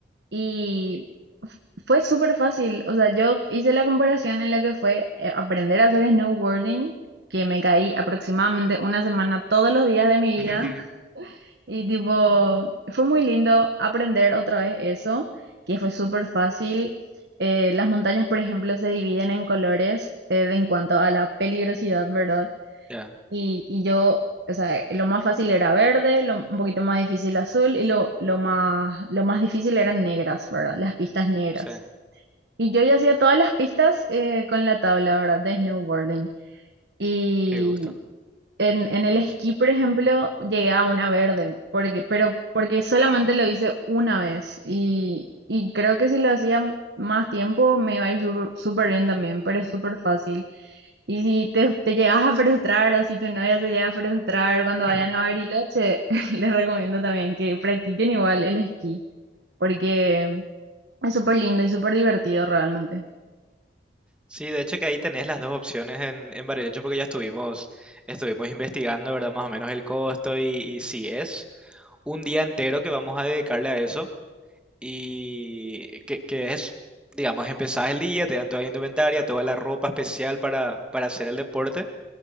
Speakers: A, on the right (about 65°); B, in the centre.
A: Y f- fue súper fácil. O sea, yo hice la comparación en la que fue eh, aprender a hacer snowboarding, que me caí aproximadamente una semana todos los días de mi
B: <laughs>
A: vida. <laughs> Y tipo, fue muy lindo aprender otra vez eso, que fue súper fácil. Eh, las montañas, por ejemplo, se dividen en colores eh, de en cuanto a la peligrosidad, ¿verdad?
B: Ya,
A: Y, y yo, o sea, lo más fácil era verde, lo, un poquito más difícil azul y lo, lo más, lo más difícil eran negras, ¿verdad? Las pistas negras.
B: sí.
A: Y yo ya hacía todas las pistas eh, con la tabla, ¿verdad? De snowboarding. Y
B: Qué gusto.
A: en, en el esquí, por ejemplo, llegué a una verde, porque, pero porque solamente lo hice una vez y, y creo que si lo hacía más tiempo me iba a ir súper súper bien también, pero es súper fácil. Y si te, te llegas a frustrar o si tu novia se llega a frustrar cuando
B: <laughs>
A: vayan a Bariloche, <laughs> les recomiendo también que practiquen igual el esquí, porque es súper lindo y súper divertido realmente.
B: Sí, de hecho que ahí tenés las dos opciones en, en Bariloche porque ya estuvimos, estuvimos investigando, ¿verdad? Más o menos el costo y, y si es un día entero que vamos a dedicarle a eso y que, que es, digamos, empezás el día, te dan toda la indumentaria, toda la ropa especial para, para hacer el deporte